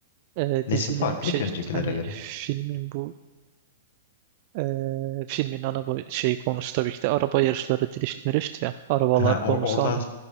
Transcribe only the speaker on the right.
Ee,
dizinin
şey
yani
filmin bu ee, filmin ana boy- şey konusu tabii ki de araba yarışları drift mirift ya. Arabalar
konusu
onu.